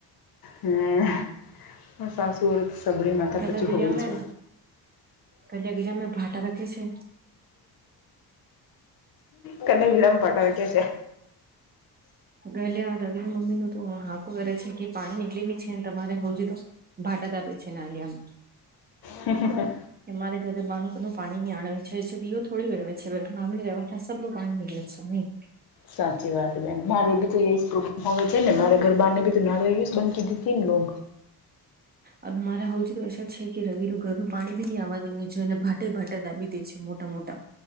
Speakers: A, on the left; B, on the right.
A: હમ્મ માર સાસુ બધ સબરી માતા
B: ગલા
A: પછી
B: ગલિયામે
A: હોવી છે.
B: ગલિયા ગલિયામે ભાટા રાખે છે
A: કલ વિડામ પાટ ક્યા છે?
B: ગલ્યા રવિ ના મમીનું તો હાકુ કરે છે કે પાણી નીકળેની છે તમારે હજી તો ભાટાત આપે છે નાલિયામાં.
A: હ હ
B: એ મારે ઘરે બાનુંકનું પાણી ની આણદ છે દીઓ થોડી રહેવે છે હવે ઘર રહેવા એ સબરુ પાણી નીકળે છે મી
A: સાચી વાત બેન મારે દીકરી સ્કુ હવે છે ને મારે ઘર બારને બી તું નારળયું જ બનતી દીધી છે ને લો
B: હવે મારા હજી તો અશા જ છે કે રવિનું ઘરનું પાણી બી નહી આવા દેને જો ને ભા ભાટા બીધે છે મોટા મોટા